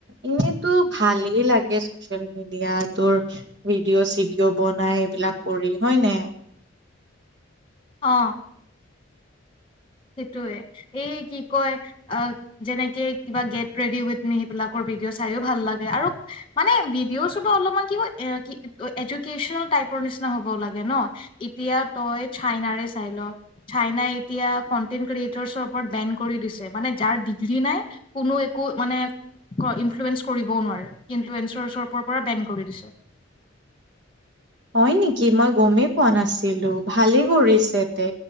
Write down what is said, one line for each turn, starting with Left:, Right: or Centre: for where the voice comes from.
Right: এনেতো ভালেই লাগে চচিয়েল মিডিয়া তোৰ ভিডিঅ' চিডিঅ বনাই এইবিলাক কৰি হয়নে
Left: অ সেইটোৱে এই কি কয় যেনেকে কিবা গেট ৰেডি উইথমি সেইবিলাকৰ ভিডিঅ' চাইও ভাল লাগে আৰু মানে ভিডিঅ' চ বা অলপমান কি ক এডুকেচনেল টাইপৰ নিচিনা হব লাগে ন এতিয়া তই চাইনাৰে চাই ল চাইনাই এতিয়া কনটেইন ক্ৰিয়েচনৰ বেন কৰি মানে যাৰ ডিগ্ৰী নাই কোনো একো মানে কৰিবও নোৱাৰে ইনফোৰেঞ্চৰৰ পৰা বেন কৰি দিছে
Right: হয় নেকি মই গমেই প নাছিলো ভালেই কৰিছে তে